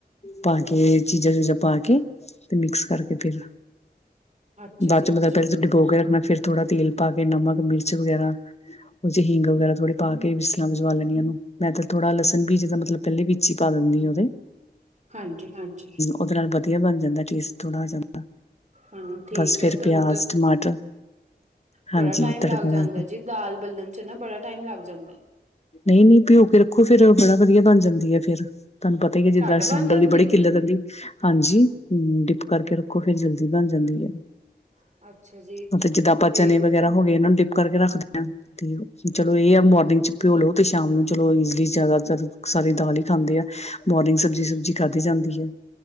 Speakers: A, on the left (about 40°); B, on the right (about 45°).
A: ਪਾ ਕੇ ਚੀਜਾਂ ਚੂਜਾਂ ਪਾ ਕੇ ਤੇ ਮਿਕਸ ਕਰਕੇ ਫਿਰ
B: ਅੱਛਾ
A: ਬਾਅਦ
B: ਜੀ
A: ਚ ਮਤਲਬ
B: ਅੱਛਾ
A: ਪਹਿਲਾਂ
B: ਜੀ
A: ਡਿਬੋ ਕੇ ਰੱਖਣਾ ਫਿਰ ਥੋੜਾ ਤੇਲ ਪਾ ਕੇ ਨਮਕ ਮਿਰਚ ਵਗੈਰਾ। ਉਹ ਚ ਹਿੰਗ ਵਗੈਰਾ ਥੋੜ੍ਹੀ ਪਾ ਕੇ ਵੀਿਸਸਲਾਾਂ ਵਜਵਾ ਲੈਂਦੀ ਉਹਨੂੰ ਮੈਂ ਤਾਂ ਥੋੜਾ ਲਸਣ ਵੀ ਜਿੱਦਾਂ ਮਤਲਬ ਪਹਿਲੀ ਬੀਚੀ ਪਾ ਦਿੰਦੀ ਉਹਦੇ।
B: ਹਾਂਜੀ- ਹਾਂਜੀ
A: ਉਹਦੇ ਨਾਲ ਵਧੀਆ ਬਣ ਜਾਂਦਾ ਟੇਸਟ ਥੋੜ੍ਹਾ ਆ ਜਾਂਦਾ
B: ਹਾਂ ਠੀਕ
A: ਬਸ ਫਿਰ
B: ਹੈ ਤੁਹਾਨੂੰ
A: ਪਿਆਜ਼
B: ਤਾਂ
A: ਟਮਾਟਰ
B: ਬੜਾ
A: ਹਾਂਜੀ
B: ਟਾਈਮ
A: ਤੜਕਾ
B: ਲੱਗ
A: ਲਾ
B: ਜਾਂਦਾ
A: ਕੇ
B: ਜੀ ਦਾਲ ਬਲਣ 'ਚ ਨਾ ਬੜਾ ਟਾਈਮ ਲੱਗ ਜਾਂਦਾ
A: ਨਹੀ- ਨਹੀ ਭਿਓ ਕੇ ਰੱਖੋ ਫੇਰ ਬੜਾ ਵਧੀਆ ਬਣ ਜਾਂਦੀ ਹੈ ਫ਼ਿਰਰ ਤੁਹਾਨੂੰ ਪਤਾ ਪ ਹੈ ਜਿੱਦਾਂ
B: ਝੱਟ ਬਣ
A: ਸਿਲੰਡਰ
B: ਜਾਂਦੀ
A: ਦੀ ਬੜੀ
B: ਹੈ ਫਿਰ
A: ਕਿੱਲਤ ਹੁੰਦੀ। ਹਾਂਜੀ, ਡਿਪ ਕਰਕੇ ਰੱਖੋ ਫਿਰ ਜਲਦੀ ਬਣ ਜਾਂਦੀ ਹੈ।
B: ਅੱਛਾ, ਜੀ
A: ਉਥੇ ਜਿੱਦਾਂ ਆਪਾਂ
B: ਤੇ
A: ਚਨ ਵਗੈਰਾ ਹੋ ਗਏ ਇਹਨਾਂ ਨੂੰ ਡਿਪ ਕਰਕੇ ਰੱਖਦੇ ਹਾਂ। ਤੇ ਚਲੋ ਇਹ ਆ ਮੋਰਨਿੰਗ ਚ ਭਿਓਲੋ ਤੇ ਸ਼ਾਮ ਨੂੰ ਚਲੋ ਈਜ਼ਲੀ ਜ਼ਿਆਦਾਤਰ। ਸਾਰੇ ਦਾਲ ਹੀ ਖਾਂਦੇ ਆ ਬੋਰਨਿੰਗ ਸਬਜ਼ੀ ਸੁਬਜੀ ਖਾਧੀ ਜਾਂਦੀ ਹੈ।